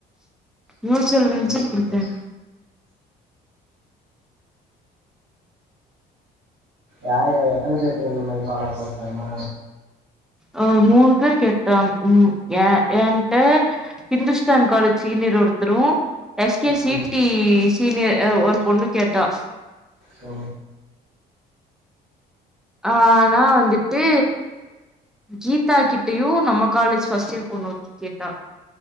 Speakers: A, in the centre; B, on the right.
A: மியூச்சுவல் இருன்சுன்
B: சரி, சரி,
A: குடுத்தே
B: சரி. யாரு யாரு எத்தன பேத்துக்கு இந்த மாரி ஃபாலோ போச்சாமா
A: ஆ மூணு பேரு கேட்டாங் ம் எ என்ட்ட ஹிந்துஸ்தான் காலேஜ் சீனியர் ஒருத்தரு எஸ் கே
B: ம்
A: சி டி சீனியர் அ ஒரு பொண்ணு கேட்டா
B: அ
A: ஆ ஆனா வந்துட்டு கீதா கிட்டயு நம்ம காலேஜ் ஃபஸ்ட் இயர் பொண்ணு ஒருத்தி கேட்டா